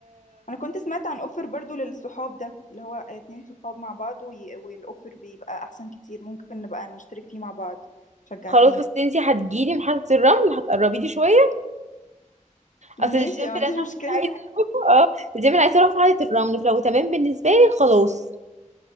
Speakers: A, on the left; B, on the right.
A: انا كنت سمعت عن اوفر برضو للصحاب ده اللي هو اتنين صحاب مع بعض وي... والاوفر بيبقى احسن كتير ممكن نبقى نشترك فيه مع بعض شجعتيني
B: خلاص بس انتي هتجيلي محطه الرمل هتقربي لي شويه
A: ماشي
B: اصل الجيم
A: ما عنديش
B: اللي انا
A: مشكلة
B: كنت عايزه اروحه اه الجيم اللي عايزه اروحه في محطه الرمل فلو تمام بالنسبه لي خلاص